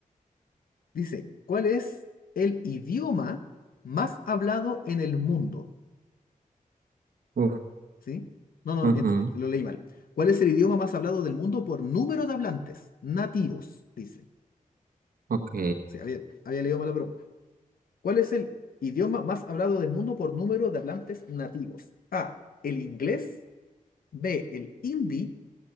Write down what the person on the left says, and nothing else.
Dice, ¿cuál es el idioma más hablado en el mundo?
¿Sí? No, no,
miento, me- lo leí mal. ¿Cuál es el idioma más hablado del mundo por número de hablantes nativos? Dice.
Sí, había, había leído mal la pregunta. ¿Cuál es el idioma más hablado del mundo por número de hablantes nativos? A, el inglés. B, el hindi.